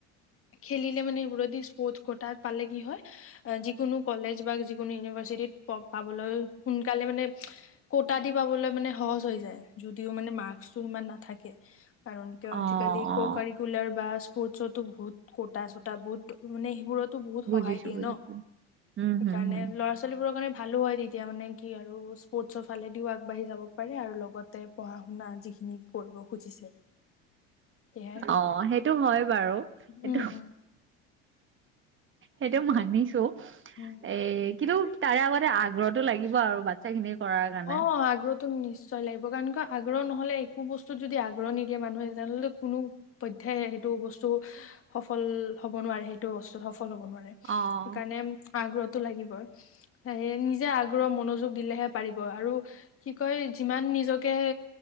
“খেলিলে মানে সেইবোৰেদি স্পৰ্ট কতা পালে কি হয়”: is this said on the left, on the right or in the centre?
Left